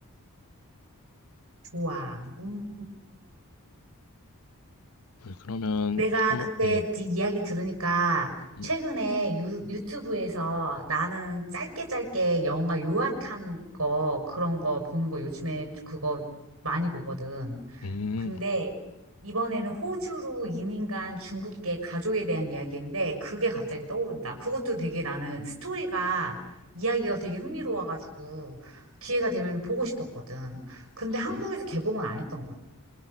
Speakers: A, on the right; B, on the left.
A: 좋아. 음.
B: 그러면,
A: 내가
B: 한번
A: 근데
B: 음,
A: 네 이야기 들으니까
B: 음,
A: 최근에 유, 유튜브에서 나는 짧게 짧게 영화 요약한 거 그런 거 보는 거 요즘에 그거 많이 보거든.
B: 음,
A: 근데 이번에는 호주로 이민 간 중국계 가족에 대한 이야기인데 그게 갑자기 떠오른다. 그것도 되게 나는 스토리가 이야기가 되게 흥미로워가지고 기회가 되면 보고 싶었거든. 근데
B: 어,
A: 한국에서 개봉은 안 했던 것 같아.